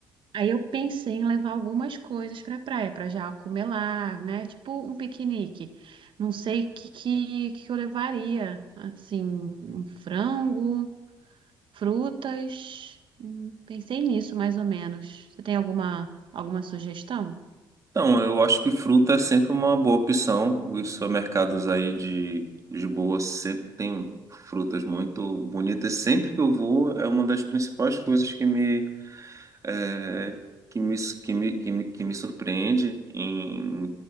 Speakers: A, on the right (about 55°); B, on the right (about 30°).
A: Aí eu pensei em levar algumas coisas para praia, para já comer lá, né? Tipo um piquenique. Não sei o que, que, que eu levaria. Assim, um frango, frutas. Hum, Pensei nisso mais ou menos. Você tem alguma, alguma sugestão?
B: Então, eu acho que fruta é sempre uma boa opção. Os supermercados aí de Lisboa sempre tem frutas muito bonitas. Sempre que eu vou, é uma das principais coisas que me, eh, que me, que me, que me, que me surpreende em,